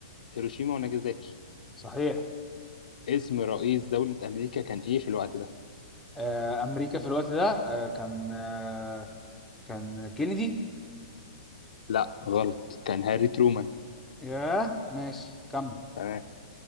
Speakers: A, on the left; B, in the centre.
A: هيروشيما وناجازاكي
B: صحيح
A: اسم رئيس دولة أمريكا كان إيه في الوقت ده؟
B: آه، امريكا في الوقت ده آه، كان آه، كان كينيدي
A: لا غلط كان هاري ترومان
B: ياه ماشي كمل
A: تمام